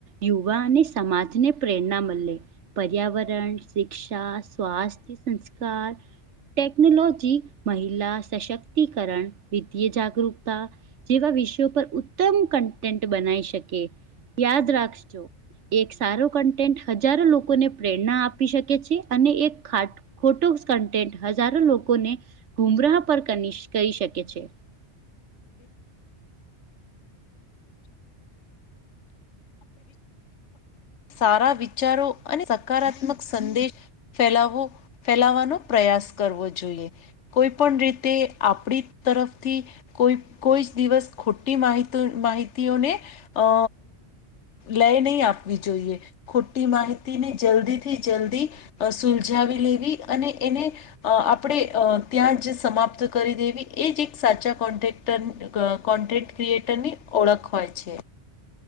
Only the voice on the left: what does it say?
સારા વિચારો અને સકારાત્મક સંદેશ ફેલાવો, ફેલાવાનો પ્રયાસ કરવો જોઈએ. કોઈ પણ રીતે આપડી તરફથી કોઈ કોઈ જ દિવસ ખોટી માહીતો માહિતીઓને અ લાઇ નઈ આપવી જોઈએ. ખોટી માહિતીને જલ્દી થી જલ્દી અ સુલજાવી લેવી અને એને અ આપડે અ ત્યાં જ સમાપ્ત કરી દેવી એજ એક સાચા કોન્ટેક્ટ ટન અ કોન્ટેન્ટ ક્રિએટરની ઓળખ હોય છે.